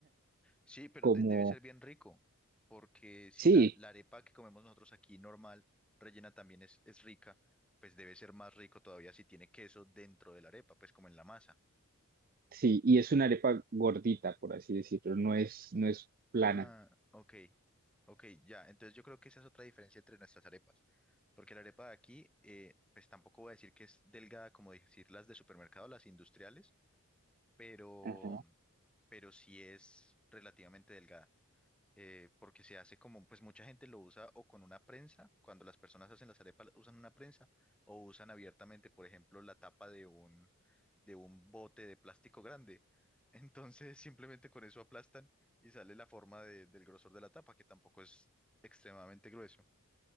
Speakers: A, in the centre; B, on the right.
A: Sí, pero
B: como,
A: de- debe ser bien rico, porque si
B: sí,
A: la, la arepa que comemos nosotros aquí normal, rellena también es, es rica, pues debe ser más rico todavía si tiene queso dentro de la arepa, pues como en la masa.
B: sí, y es una arepa gordita, por así decirlo, no es, no es plana.
A: Ah, ok, ok, ya. Entonces yo creo que esa es otra diferencia entre nuestras arepas, porque la arepa de aquí, eh, pues tampoco voy a decir que es delgada como decir las de supermercado, las industriales, pero,
B: Ajá.
A: pero sí es relativamente delgada eh, porque se hace como, pues mucha gente lo usa o con una prensa, cuando las personas hacen las arepas usan una prensa, o usan abiertamente, por ejemplo, la tapa de un, de un bote de plástico grande. <laughs> Entonces simplemente con eso aplastan y sale la forma de- del grosor de la tapa, que tampoco es extremadamente grueso.